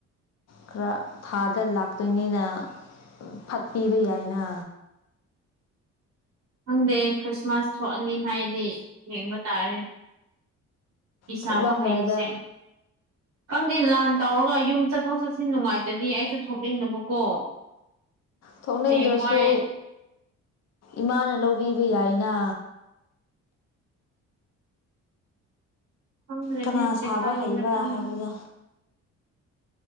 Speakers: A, on the left (about 55°); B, on the right (about 60°).
A: ꯈꯔ ꯊꯥꯗ ꯂꯥꯛꯇꯣꯏꯅꯤꯅ ꯐꯠ ꯄꯤꯕ ꯌꯥꯏꯅ
B: ꯈꯪꯗꯦ ꯈ꯭ꯔꯤꯁꯃꯥꯁ ꯊꯣꯛꯑꯅꯤ ꯍꯥꯏꯗꯤ ꯌꯦꯡꯕ ꯇꯥꯔꯦ ꯐꯤ
A: ꯊꯣꯛꯂꯝꯗꯥꯏꯗ
B: ꯁꯥꯕ ꯍꯩꯕꯁꯦ ꯈꯪꯗꯦ ꯂꯥꯟ ꯇꯧꯔꯒ ꯌꯨꯝ ꯆꯠꯊꯣꯛ ꯆꯠꯁꯤꯟ ꯅꯨꯡꯉꯥꯏꯇꯗꯤ ꯑꯩꯁꯨ ꯊꯣꯛꯅꯤꯡꯗꯕꯀꯣ
A: ꯊꯣꯛꯅꯤꯡꯗ꯭ꯔꯁꯨ
B: ꯍꯌꯦꯡꯋꯥꯏ
A: ꯏꯃꯥꯅ ꯂꯧꯕꯤꯕ ꯌꯥꯏꯅ
B: ꯈꯪꯗ꯭ꯔꯦꯅꯦ
A: ꯀꯅꯥ
B: ꯄꯩꯁꯥꯒꯤ
A: ꯁꯥꯕ ꯍꯩꯕ
B: ꯃꯇꯥꯡꯗ
A: ꯍꯥꯏꯕꯗꯣ